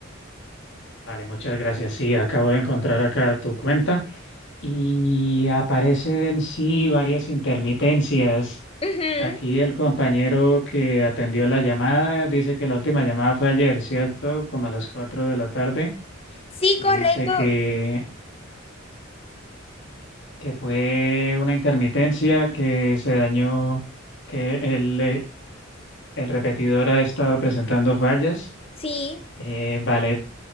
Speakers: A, on the left; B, on the left.
A: Vale, muchas gracias. Sí, acabo de encontrar acá tu cuenta y aparecen, sí, varias intermitencias.
B: Ujú,
A: Aquí el compañero que atendió la llamada dice que la última llamada fue ayer, ¿cierto? Como a las 4 de la tarde.
B: Sí,
A: Dice
B: correcto.
A: que que fue una intermitencia que se dañó, que el, eh, el repetidor ha estado presentando fallas.
B: Sí,
A: Eh, vale,